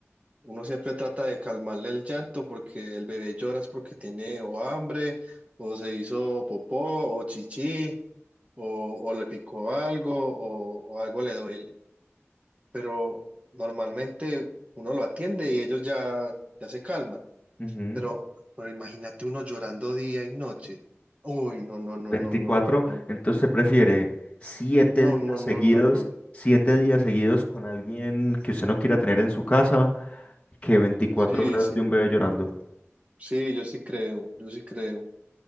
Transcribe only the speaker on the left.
Ujú.
veinticuatro
Entonces,
se prefiere siete
días
seguidos,
siete días seguidos con alguien que usted no quiera tener en su casa que 24
horas
de un bebé llorando?